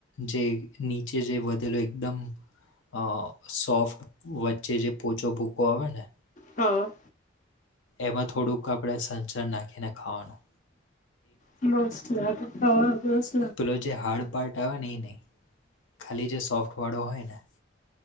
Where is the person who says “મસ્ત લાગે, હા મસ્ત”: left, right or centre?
Left